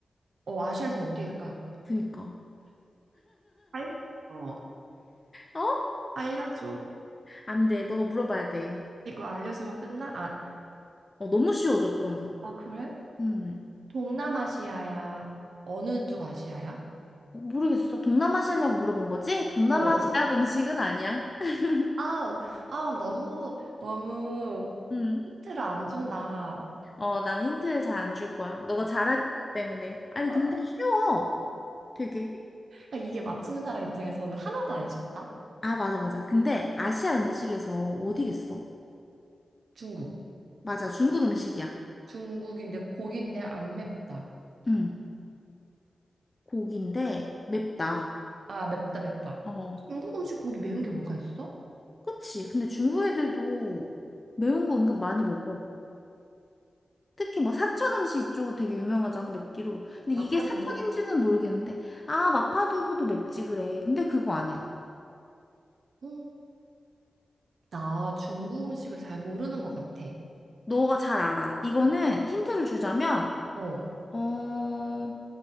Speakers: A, on the right; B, on the left.
A: 어, 아시아에서 어디일까?
B: 그니까.
A: 알려. 어,
B: 어?
A: 알려줘.
B: 안 돼. 너가 물어봐야 돼.
A: 이거 알려주면 끝나? 아,
B: 어, 너무 쉬워져, 그러면.
A: 아, 그래?
B: 음.
A: 동남아시아야. 어느 쪽 아시아야?
B: 어, 모르겠어. 동남아시아냐고 물어본 거지? 동남아시아
A: 어.
B: 음식은 아니야. <laughs>
A: 아우, 아, 너무, 너무
B: 음.
A: 힌트를 안 준다.
B: 어, 난 힌트를 잘 안 줄 거야. 너가 잘할 거기 때문에. 아니,
A: <laughs>
B: 근데 쉬워. 되게.
A: 그러니까 이게 맞추는 사람 입장에서는 하나도 안 쉽다.
B: 아, 맞아, 맞아. 근데 아시아 음식에서 어디겠어?
A: 중국.
B: 맞아, 중국 음식이야.
A: 중국인데 고기인데 안 맵다.
B: 응, 고기인데 맵다.
A: 아, 맵다, 맵다.
B: 어,
A: 중국 음식 고기 매운 게 뭐가 있어?
B: 그치? 근데 중국 애들도 매운 거 은근 많이 먹어. 특히 뭐 사천 음식 이쪽은 되게 유명하잖아, 맵기로. 근데
A: 마파두부?
B: 이게 사천인지는 모르겠는데, 아, 마파두부도 맵지, 그래. 근데 그거 아니야.
A: 어, 나 중국 음식을 잘 모르는 것 같아.
B: 너가 잘 알아. 이거는 힌트를 주자면,
A: 어,
B: 어,